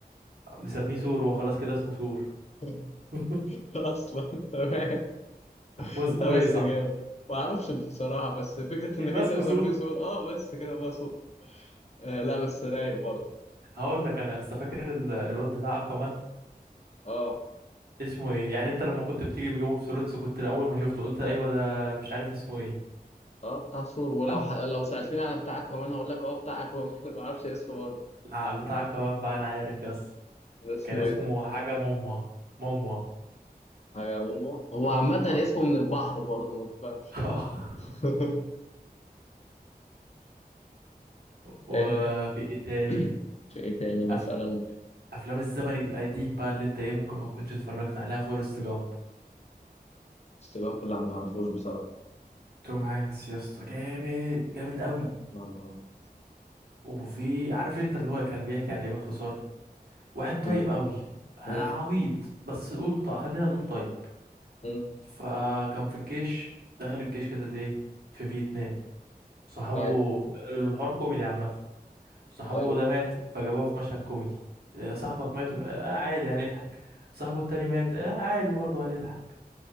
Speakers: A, on the right; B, on the left.
A: مسميه سور هو خلاص كده اسمه سور
B: <laughs>
A: <laughs>
B: اصلا تمام
A: هو اسمه
B: ده
A: ايه
B: بس
A: صح
B: جامد ما اعرفش بصراحة بس فكرة
A: يبقى
B: انك انت
A: اسمه
B: مسميه
A: زود
B: سور اه بس كده بقى سور آه لا بس رايق برضه
A: هقول لك انا يا اسطى فاكر ال- الواد بتاع اكوامان
B: اه
A: اسمه ايه يعني انت لما كنت بتيجي في جيم اوف ثرونز كنت الاول ما شفته قلت ايوه ده مش عارف اسمه ايه
B: اه بتاع ثور ولو
A: أكو
B: ح... لو سألتني على بتاع اكوامان هقول لك اه بتاع اكوامان <laughs> ما اعرفش اسمه برضه
A: لا بتاع اكوامان بقى انا عارف يا اسطى
B: ده اسمه
A: كان اسمه
B: ايه ده؟
A: حاجه موموا موموا
B: حاجة مومو هو عامة
A: اه
B: اسمه من البحر برضه ما تفهمش
A: آه.
B: <laughs>
A: <laughs> وفي
B: آه،
A: ايه تاني
B: <clears throat> في ايه تاني مثلا
A: أف... افلام الزمن القديم بقى اللي انت ايه ممكن ما تكونش اتفرجت عليها فورست جامب
B: استلام لا ما اعرفوش بصراحة
A: توم هانكس يا اسطى جامد جامد قوي
B: لا ما أعرف.
A: وفي عارف انت اللي هو كان بيحكي عن ايه باختصار واحد طيب
B: ايه
A: قوي آه، عبيط
B: مم،
A: بس قول ط- خلينا نقول طيب
B: مم،
A: فكان في الجيش دخل الجيش كده ليه في فيتنام صحابه
B: طيب
A: الحوار كوميدي عامة صاحبه
B: طيب
A: ده مات فجابوه في مشهد كوميدي آه، صاحبك مات آه عادي هنضحك صاحبه التاني مات آه عادي برضه هنضحك